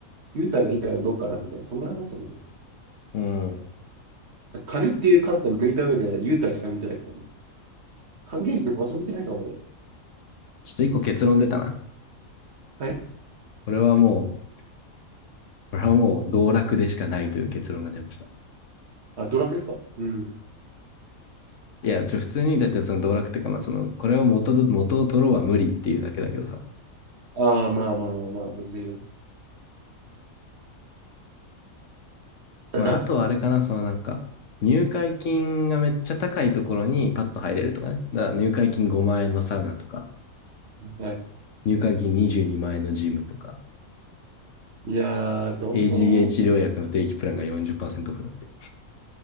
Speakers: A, on the right; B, on the left.
A: 優待がいいからどうかなみたいな、そんなのだと思う。
B: うん。
A: 金っていう観点を抜いた上で、優待しか見てないと思う。還元率も私見てないかもね。
B: ちょっと一個結論出たな。
A: はい
B: これはもう、これはもう道楽でしかないという結論が出ました。
A: あ、ドラクエですかうん。
B: いや、ちょ、普通に、だってその道楽っていうか、まあその、これを元ど、元を取ろうは無理っていうだけだけどさ。
A: ああ、まあまあまあまあ、むずいよね。<clears throat>
B: まあ、あとはあれかな、そのなんか、入会金がめっちゃ高いところにパッと入れるとかね。だから入会金5万円のサウナとか、
A: <coughs> はい。
B: 入会金22万円のジムとか、
A: いやー、どこ
B: a g h 治療薬の定期プランが40%オフだって。